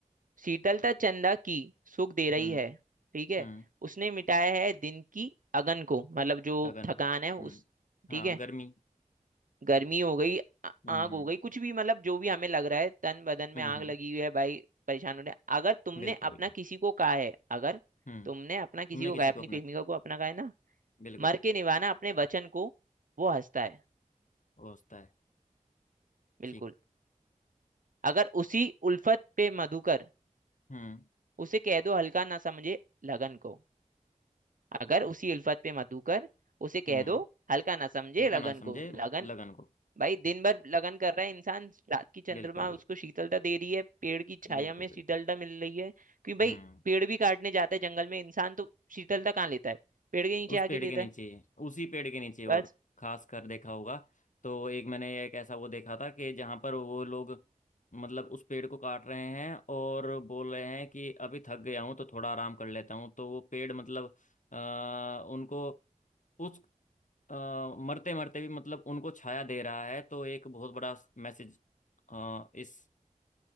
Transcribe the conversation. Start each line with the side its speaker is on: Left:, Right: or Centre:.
Right: शीतलता चंदा की सुख दे रही
Left: हम्म
Right: है ठीक है
Left: हम्म
Right: उसने मिटाया है दिन की अगन को मतलब जो
Left: अगन
Right: थकान
Left: को
Right: है उस
Left: हम्म हाँ
Right: ठीक है
Left: गर्मी
Right: गर्मी हो गई आ-
Left: हम्म
Right: आग
Left: हम्म
Right: हो गई कुछ भी मतलब जो भी हमें लग रहा है तन बदन में
Left: हम्म
Right: आग
Left: हम्म,
Right: लगी हुई है भाई परेशान हो रहे हैं अगर तुमने
Left: बिल्कुल बिल्कुल
Right: अपना किसी को कहा है अगर
Left: हम्म
Right: तुमने अपना किसी
Left: तुमने
Right: को
Left: किसी
Right: कहा है अपनी
Left: को अपना
Right: प्रेमिका को अपना कहा है ना
Left: बिल्कुल
Right: मर के निभाना अपने वचन को वो हंसता है
Left: वो होता है
Right: बिल्कुल
Left: ठीक
Right: अगर उसी उल्फत पे मधुकर
Left: हम्म
Right: उसे कह दो हल्का ना समझे लगन को अगर उसी उल्फत पे मधुकर उसे
Left: हम्म
Right: कह दो हल्का ना समझे
Left: हल्का
Right: लगन
Left: ना समझे
Right: को लगन
Left: लगन को
Right: भाई दिन भर लगन कर रहा है इंसान रात की चंद्रमा
Left: बिल्कुल बिल्कुल
Right: उसको शीतलता दे रही है पेड़ की छाया
Left: बिल्कुल
Right: में शीतलता
Left: बिल्कुल
Right: मिल रही है क्योंकि
Left: हम्म
Right: भाई पेड़ भी काटने जाता है जंगल में इंसान तो शीतलता कहाँ लेता है पेड़ के नीचे
Left: उस
Right: आके
Left: पेड़
Right: लेता
Left: के नीचे
Right: है
Left: ही, उसी पेड़ के नीचे और
Right: बस
Left: खास कर देखा होगा तो एक मैंने एक ऐसा वो देखा था कि जहां पर वो लोग मतलब उस पेड़ को काट रहे हैं और बोल रहे हैं कि अभी थक गया हूं तो थोड़ा आराम कर लेता हूं तो वो पेड़ मतलब आ, उनको उस आ, मरते मरते भी मतलब उनको छाया दे रहा है तो एक बहुत बड़ा मैसेज अ, इस